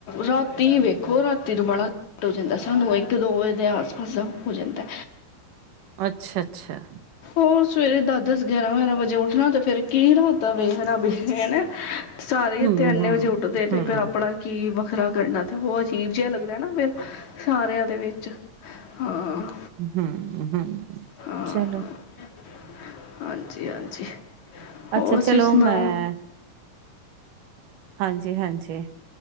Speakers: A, on the left (about 60°); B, on the right (about 75°).
A: ਰਾਤੀ ਵੇਖੋ ਰਾਤੀ ਤੋਂ ਬੜਾ ਲੇਟ ਹੋ ਜਾਂਦਾ ਸਾਨੂੰ ਇੱਕ ਦੋ ਵਜੇ ਦੇ ਆਸ ਪਾਸ ਹੋ ਜਾਂਦਾ
B: ਅੱਛਾ ਅੱਛਾ
A: ਹੋਰ ਸਵੇਰੇ ਦਸ ਦਸ ਗਿਆਰਾਂ ਗਿਆਰਾਂ ਵਜੇ ਉੱਠਣਾ ਤੇ ਫੇਰ ਕੀ ਰਾਤ ਆ 'ਵੇਖਣਾ ਵੇਖ ਨਾ ਸਾਰੇ
B: ਹਮ
A: ਇੱਥੇ ਇੰਨੇ
B: ਹਮ
A: ਵਜੇ ਉੱਠਦੇ
B: ਹਮ
A: ਤੇ ਫੇਿਰ ਆਪਣਾ ਕੀ ਵੱਖਰਾ ਕਰਨਾ ਤੇ ਉਹ ਅਜੀਬ ਜਿਹਾ ਲੱਗਦਾ ਨਾ ਫਿਰ ਸਾਰਿਆਂ ਦੇ ਵਿੱਚ ਹਾਂ
B: ਹੂ ਹੂ
A: ਹਾਂ
B: ਚਲੋ
A: <inaudible> ਹਾਂਜੀ ਹਾਂਜੀ ਹੋਰ
B: ਅੱਛਾ ਚਲੋ
A: ਤੁਸੀਂ ਸੁਣਾਓ
B: ਮੈਂ ਹਾਂਜੀ ਹਾਂਜੀ